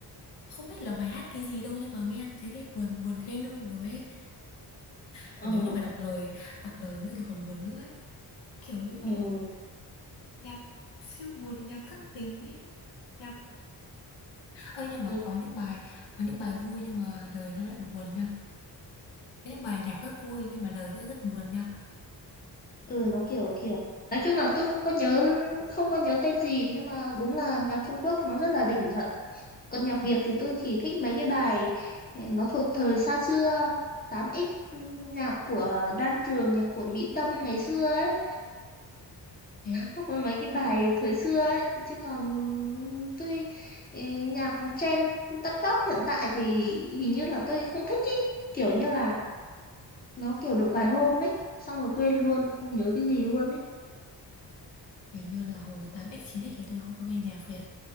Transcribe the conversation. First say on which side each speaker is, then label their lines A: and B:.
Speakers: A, on the left; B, on the left.
A: không biết là mày hát cái gì đâu nhưng mà nghe thấy thấy buồn buồn thê lương rồi ấy còn
B: ờ
A: nếu như mà đọc lời đọc lời nữa thì còn buồn nữa ấy. kiểu đúng
B: ừ,
A: kiểu nhạc siêu buồn nhạc thất tình ấy nhạc Ơi nhưng mà
B: ừ,
A: có những bài có những bài vui nhưng mà lời nó lại buồn nha. Có những bài nhạc rất vui nhưng mà lời nó lại rất buồn nha.
B: ừ nó kiểu kiểu nói chung là tôi không có nhớ không có nhớ tên gì nhưng mà đúng là nhạc Trung Quốc nó rất là đỉnh thật còn nhạc Việt
A: Ừ,
B: thì tôi chỉ thích mấy cái bài eh, nó thuộc thời xa xưa 8x nhạc của Đan Trường nhạc của Mỹ Tâm ngày xưa ấy
A: Thế á?
B: Hoặc là mấy cái bài
A: Ôi,
B: thời xưa ấy chứ còn tôi ừ, nhạc trend top top hiện tại thì hình như là tôi không thích ý kiểu như là nó kiểu được vài hôm ấy xong rồi quên luôn không nhớ cái gì luôn ấy
A: hình như là hồi 8x 9x thì tôi không có nghe nhạc Việt.